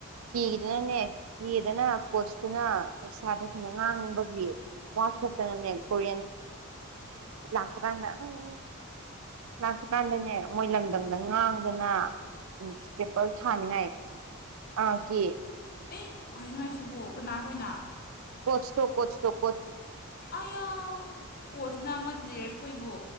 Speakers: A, on the right (about 70°); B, on the left (about 45°).
A: ꯀꯤꯒꯤꯗꯅꯅꯦ ꯀꯤꯗꯅ ꯀ‌ꯣꯠꯁꯇꯨꯅ ꯁꯥꯇꯔꯁꯤꯡꯅ ꯉꯥꯡꯕꯒꯤ ꯋꯥꯊꯣꯛꯇꯅꯅꯦ ꯀꯣꯔꯤꯌꯥꯟ ꯂꯥꯛꯄ ꯀꯥꯟꯗ ꯎꯝ ꯂꯥꯛꯄ ꯀꯥꯟꯗꯅꯦ ꯃꯣꯏ ꯂꯝꯗꯝꯗ ꯉꯥꯡꯗꯅ ꯎꯝ ꯆꯥꯄꯜ ꯊꯥꯅꯤꯡꯉꯥꯏ ꯑ ꯀꯤ
B: ꯑꯦ ꯀꯩꯅꯣ ꯍꯥꯏꯁꯤꯕꯣ ꯀꯅꯥꯈꯣꯢꯅ
A: ꯀ‌ꯣꯠꯁꯇ‌ꯣ ꯀ‌ꯣꯠꯁꯇ‌ꯣ
B: ꯑꯩꯌꯥ ꯀꯣꯠꯁꯅ ꯃꯣꯏ ꯄ꯭ꯂꯦꯌꯔꯁ ꯈ‌ꯣꯏꯕꯨ